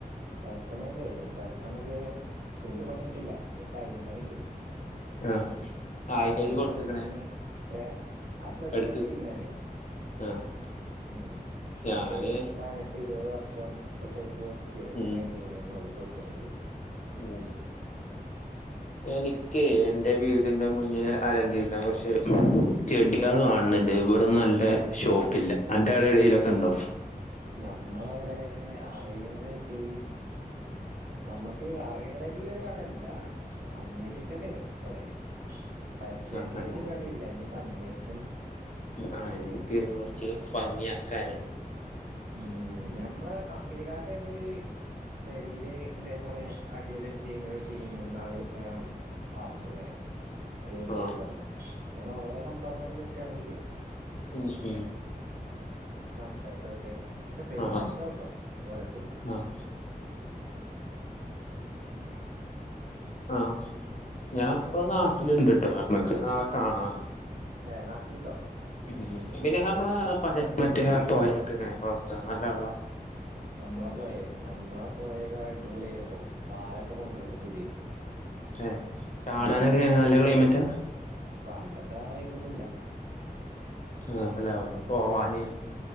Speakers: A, on the right (about 75°); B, on the left (about 50°).
A: പരപ്പണി ഒക്കെകഴിഞ്ഞു പെരപ്പണ്യക്കെ ഫുള്ള്പണിയയ്ഞ്ഞിട്ടില്ല നി ടൈലും പണിണ്ട്
B: ആഹ് ആയിക്കഴിഞ്ഞ്
A: ബാക്കില്ല
B: കൊടുത്തക്കണേ
A: പണിയൊക്കെ എങ്ങനെ ഏഹ് ആഹ് ബഡല്ലെ
B: എടുത്ത്
A: ടീമിനന്നെ
B: ആഹ്
A: ഉം പത്ത്
B: ഞാന്
A: പയ്നെട്ട് ഇരുവ വർഷം ഒക്കെ എയ്ച് പീരൻസ്
B: ഉം
A: ല്ലെ ടീമിനന്നെ ഓൽക്കൊട്- ത്ത്ക്കണത്
B: ഉം ഏനി ക്കെ എൻറെ വീടിന്റെ മുന്നില് അലങ്കരിക്കാൻ കൊറ്ച്ച് ചെടികൾ വാണംന്ന്ണ്ട് ഇവിടന്നും നല്ല ഷോപ്പില്ല അന്റെ ആടെ എടേലൊക്കെ ഉണ്ടോ
A: നമ്മളവടെ അറീണതേച്ച് ഞമ്മക്ക് അറിയണതായിട്ട്ല്ല ഒരു കടല്ല അന്വേഷിച്ചണ്ട്യരും ഇവടെ പരിചയത്തിൽ
B: ആഹ്
A: ഇപ്പൊ ഒരു കട ഇല്ല ഇനിയിപ്പൊ അന്വേഷ്-
B: ആഹ് എനിക്ക് കൊറ്ച്ച് ഭംഗിയാക്കാന്
A: ഉം ഞമ്മള കമ്പനിക്കാരന്റെതൊര് പെരീല് ഇതേപോലെ അടിപൊളായിട്ട് ചെയ്യുന്ന ഒരു ടീമ് ന്നാള് അറിഞ്ഞുഇങ്ങനെ അത്പോലെ
B: ആഹ്
A: ചെയ്തന്ന്ണ് ഞാൻ ഓലെ നമ്പർ എങ്ങാനും കിട്ടുകയാണെങ്കില്
B: ഉം ഉം
A: സംസാരിച്ചോക്കെ പക്ഷെ പെരും
B: ആഹ്
A: പൈസക്കുട്ടോ ഓലട്ത്ത്
B: ആഹ്
A: ഏ
B: ആഹ് ഞാൻ ഇപ്പെ നാട്ടി ട്ടില് ഇൻണ്ട്ട്ടോ ഞമ്മക്ക് നാളെ കാണാ
A: ഏ നാട്ടിലുണ്ടോ
B: ഉം പിന്നെ നമ്മള
A: ഏ
B: പയേ മറ്റേ പെയേയോക്കെങ്ങനെ അവസ്ഥ ആഹ് നല്ല വെള്ളാ
A: ഞമ്മളെ പോയെ നമ്മളെ പോയേകെ അടിപൊളിയല്ലപ്പോ പാലൊക്കെ കൊണ്ടാർന്ന് പുതിയ
B: ഏ ചാടാനൊക്കെെ
A: ഉം
B: നല്ല ക്ലൈമറ്റ് റ്റ
A: പണ്ടത്തെ ആ വൈബൊന്നുല്ല
B: ആ അല്ല ഒന്നു പോവാന്